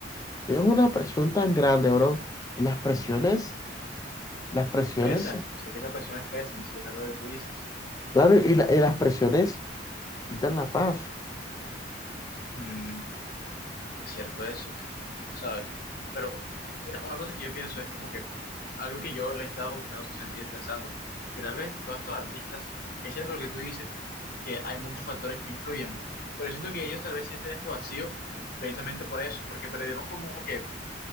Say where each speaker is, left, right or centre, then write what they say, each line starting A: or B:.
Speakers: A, on the left; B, on the left.
A: tienes una presión tan grande, bro, y las presiones, las presiones,
B: Pesan, yo sé que estas personas pesan, si es verdad lo que tú dices.
A: claro, y, la- y las presiones quitan la paz.
B: Mm, es cierto eso, ¿sabes? Pero mira, una cosa que yo pienso es como que algo que yo le he estado buscando sentir pensando, que tal vez todos estos artistas, es cierto lo que tú dices, que hay muchos factores que influyen, pero siento que ellos tal vez sienten este vacío precisamente por eso, porque perdieron como que